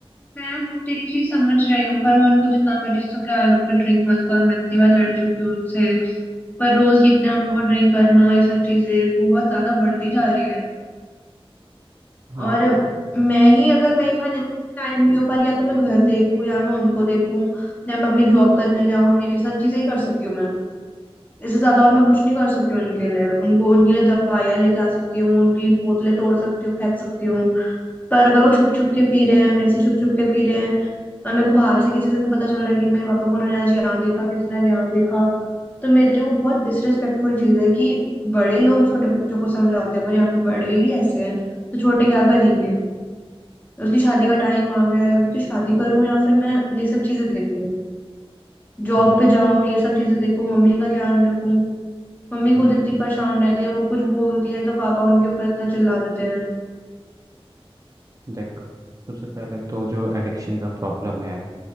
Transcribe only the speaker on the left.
मैं वो तेरी चीज समझ रही हूँ पर मैं उनको जितना मर्जी समझा लो कि ड्रिंक मत करो मैं इतनी बार लड़ चुकी हूँ उनसे पर रोज कितना उनको ड्रिंक करना ये सब चीजें बहुत ज्यादा बढ़ती जा रही है
और मैं ही अगर मेरी फाइनेंशियल टाइम नहीं हो पा रही या तो मैं घर देखूँ या मैं उनको देखूँ या मैं अपनी जॉब करने जाऊँ ये सब चीजें ही कर सकती हूँ मैं इससे ज्यादा और मैं कुछ नहीं कर सकती हूँ उनके लिए उनको उनके लिए दवाइयाँ लेके आ सकती हूँ उनकी बोतलें तोड़ सकती हूँ फेंक सकती हूँ पर अगर वो छुप छुप के पी रहे हैं मेरे से छुप छुप के पी रहे हैं और मेरे को बाहर से किसी से पता चल रहा है कि मेरे पापा को उन्होंने आज यहाँ देखा किसी ने आज यहाँ देखा तो मेरे लिए वो बहुत डिसरेस्पेक्टफुल चीज है कि बड़े लोग छोटे बच्चों को समझाते हैं पर यहाँ पे बड़े ही ऐसे हैं तो छोटे क्या करेंगे उसकी शादी का टाइम आ गया है अब उसकी शादी करूं या फिर मैं ये सब चीजें देखूं
जॉब
पे जाऊं ये सब चीजें देखूं मम्मी का ध्यान रखूं मम्मी
खुद इतनी परेशान रहती है वो कुछ बोलती है तो पापा उनके ऊपर इतना चिल्ला देते हैं